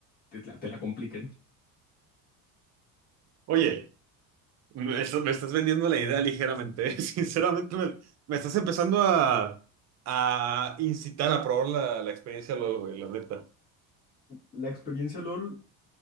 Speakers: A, on the left; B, on the right.
A: te la, te la compliquen.
B: Oye, me estás, me estás vendiendo la idea ligeramente, <laughs> sinceramente me, me estás empezando a, a incitar a probar la, la experiencia LOL, güey, la neta.
A: La experiencia LOL,